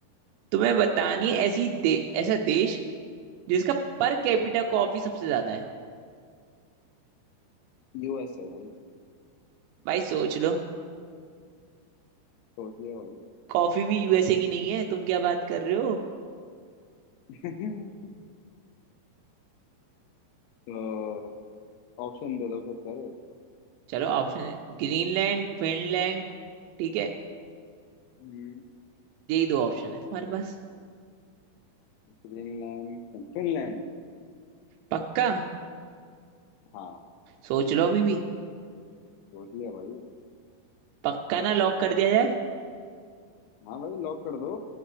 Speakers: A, on the right (about 80°); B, on the left (about 85°).
A: तुम्हें बतानी है ऐसी दे, ऐसा देश जिसका पर कैपिटा कॉफी सबसे ज्यादा है
B: यूएस है भाई
A: भाई सोच लो
B: सोच लिया भाई
A: कॉफी भी यूएसए की नहीं है तुम क्या बात कर रहे हो
B: <laughs> तो ऑप्शन दे दो फिर सर
A: चलो ऑप्शन है ग्रीनलैंड फिनलैंड ठीक है
B: हम्म,
A: यही दो ऑप्शन है तुम्हारे पास
B: Greenland Finland
A: पक्का
B: हाँ
A: सोच लो अभी भी
B: सोच लिया भाई
A: पक्का ना लॉक कर दिया जाए
B: हाँ भाई लॉक कर दो